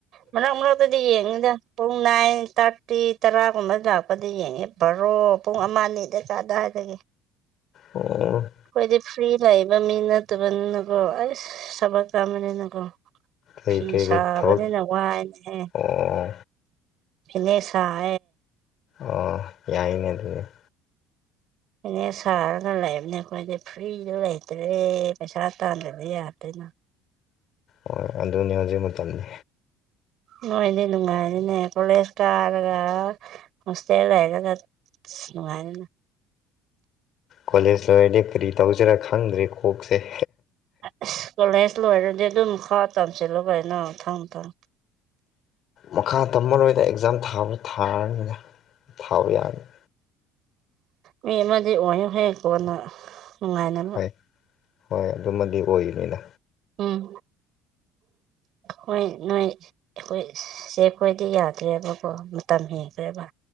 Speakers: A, on the right; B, on the left.
A: ꯃꯅꯥꯛ ꯃꯅꯥꯛꯇꯗꯤ ꯌꯦꯡꯉꯤꯗ ꯄꯨꯡ ꯅꯥꯏꯟ ꯊꯥꯔꯇꯤ ꯇꯔꯥꯒꯨꯝꯕ ꯂꯥꯛꯄꯗꯗꯤ ꯌꯦꯡꯉꯦ ꯕꯥꯔꯣ ꯄꯨꯡ ꯑꯃ ꯑꯅꯤꯗ ꯆꯥ ꯑꯗꯨ꯭ꯋꯥꯏꯗꯒꯤ
B: ꯑꯣ
A: ꯑꯩꯈꯣꯏꯗꯤ ꯐ꯭ꯔꯤ ꯂꯥꯛꯏꯕ ꯃꯤ ꯅꯠꯇꯕꯅꯤꯅꯀꯣ ꯑꯩꯁ ꯊꯕꯛ ꯆꯝꯕꯅꯤꯅꯀꯣ
B: ꯀꯩ
A: ꯐꯤ
B: ꯀꯩ
A: ꯁꯥꯕꯅꯤꯅ
B: ꯀꯩ ꯊꯕꯛ
A: ꯋꯥꯏꯅꯦꯍꯦ
B: ꯑꯣ
A: ꯐꯅꯦꯁꯑ
B: ꯑ ꯌꯥꯏꯅꯦ ꯑꯗꯨꯗꯤ
A: ꯑꯅꯦ ꯁꯥꯔꯒ ꯂꯩꯕꯅꯦ ꯑꯩꯈꯣꯏꯗꯤ ꯐ꯭ꯔꯤꯗ ꯂꯩꯇ꯭ꯔꯦ ꯄꯩꯁꯥ ꯇꯥꯟꯗꯗꯤ ꯌꯥꯗꯣꯏꯅ
B: ꯍꯣꯏ ꯑꯗꯨꯅꯦ ꯍꯧꯖꯤꯛ ꯃꯇꯝꯗꯤ
A: ꯅꯣꯏꯅꯦ ꯅꯨꯡꯉꯥꯏꯔꯤꯅꯦ ꯀꯣꯂꯦꯖ ꯀꯥꯔꯒ ꯍꯣꯁꯇꯦꯜ ꯂꯩꯔꯒ ꯅꯨꯡꯉꯥꯏꯅ
B: ꯀꯣꯂꯦꯖ ꯂꯣꯏꯔꯗꯤ ꯀꯔꯤ ꯇꯧꯁꯤꯔꯥ ꯈꯪꯗ꯭ꯔꯦ ꯀꯣꯛꯁꯦ
A: ꯑꯁ ꯀꯣꯜꯍꯦꯁ ꯂꯣꯏꯔꯗꯤ ꯑꯗꯨꯝ ꯈꯔ ꯇꯝꯁꯤꯜꯂꯨ ꯀꯩꯅꯣ ꯊꯪ ꯊꯪ
B: ꯃꯈꯥ ꯇꯝꯃꯔꯣꯏꯗ ꯑꯦꯛꯖꯥꯝ ꯊꯥꯕ ꯊꯥꯔꯅꯤꯅ ꯊꯥꯕ ꯌꯥꯅꯤꯅꯤ
A: ꯃꯤ ꯑꯃꯗꯤ ꯑꯣꯏꯌꯨ ꯍꯦꯛ ꯀꯣꯟꯅ ꯅꯨꯡꯉꯥꯏꯅ
B: ꯍꯣꯏ ꯍꯣꯏ ꯑꯗꯨꯃꯗꯤ ꯑꯣꯏꯅꯤꯅ
A: ꯎꯝ ꯍꯣꯏ ꯅꯣꯏ ꯑꯩꯈꯣꯏ ꯁꯦ ꯑꯩꯈꯣꯏꯗꯤ ꯌꯥꯗ꯭ꯔꯦꯕꯀꯣ ꯃꯇꯝ ꯍꯦꯟꯈ꯭ꯔꯦꯕ